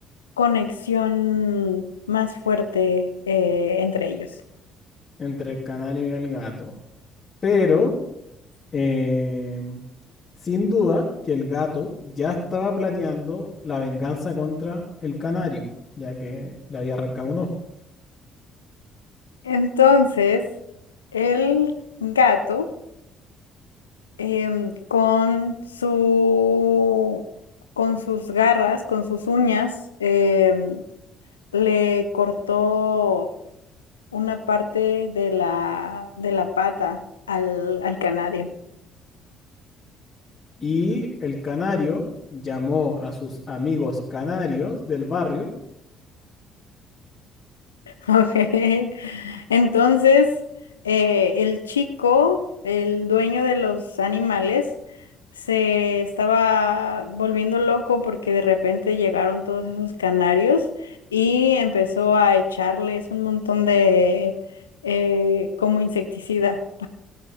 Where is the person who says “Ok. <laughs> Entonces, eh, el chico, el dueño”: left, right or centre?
Left